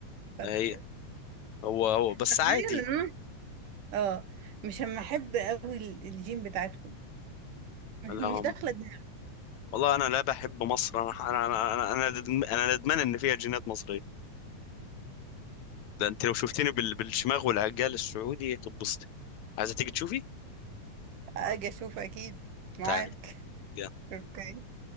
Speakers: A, on the right; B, on the left.
A: فت-
B: هي هو هو بس
A: تخيل
B: عادي
A: ان انا اه مش هم احب قوي ال- الجيم بتاعتكم <laughs>
B: لا هم
A: مش داخلة دماغي.
B: والله انا لا بحب مصر انا انا انا انا, ندم- أنا ندمان ان فيها جينات مصريه ده انت لو شفتني بال- بالشماغ والعجال السعودي هتتبسطي عايزه تيجي تشوفي
A: اجي اشوف اكيد معاك
B: تعالي
A: <laughs>
B: يلا
A: اوكي